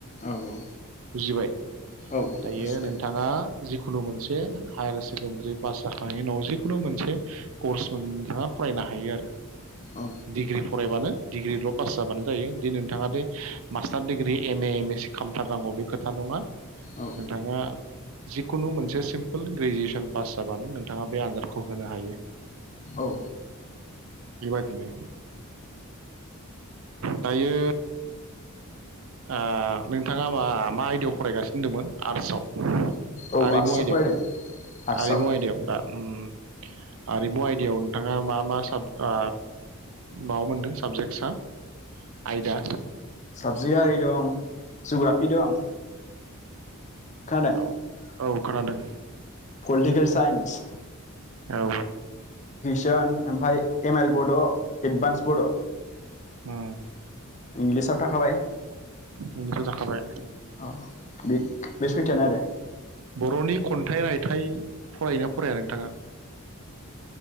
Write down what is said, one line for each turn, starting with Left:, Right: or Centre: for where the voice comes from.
Left: औ औ
Right: बुजिबाय?
Left: औ
Right: दायो
Left: बुजिदो
Right: नोंथाङा जिखुनु मोनसे हायार सेकेणडारि पास जाखांनायनि उनाव जिखुनु मोनसे कर्स नोंथाङा फरायनो हायो आरो।
Left: औ
Right: डिग्रि फरायबानो डिग्रिल' पास जाबानो जायो दि नोंथाङा दि master degree M A M S C खालामथारनांगौ बे खो थां नङा।
Left: औ
Right: नोंथाङा जिखुनु मोनसे सिम्पोल ग्रेजुवेसन पास जाबानो नोंथाङा बे आनजादखौ होनो हायो
Left: औ
Right: बेबायदिनो दायो ओ नोंथाङा मा मा आयदायाव फरायगासिनो दंमोन आर्टसाव।
Left: औ
Right: आरिमु
Left: आर्टसआव
Right: आयदायाव।
Left: फरायदों आर्टसआव
Right: आरिमु आयदायाव दा? ओम हारिमु आयदायाव नोंथाङा मा मा साब ओ माबा मोनदों साबजेक्टसा आयदा
Left: साबजेक आरि दं जुग्राफि दं खोनादों?
Right: औ औ खोनादों
Left: पलिटिकेल साइन्स
Right: औ
Left: दों ओमफ्राय एम एइल बड, एडभान्स बड
Right: उम
Left: इंलिसा थाखाबाय
Right: ओंखारजाखाबाय
Left: औ बे बे सयथायानो आरो
Right: बर'नि खन्थाइ रायथाइ फरायोना फराया नोंथाङा?